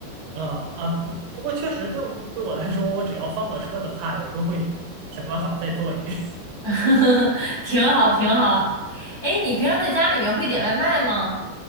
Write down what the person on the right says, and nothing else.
嗯啊不不过确实对我对我来说，我只要翻过车的菜，我都会想办法再做一遍。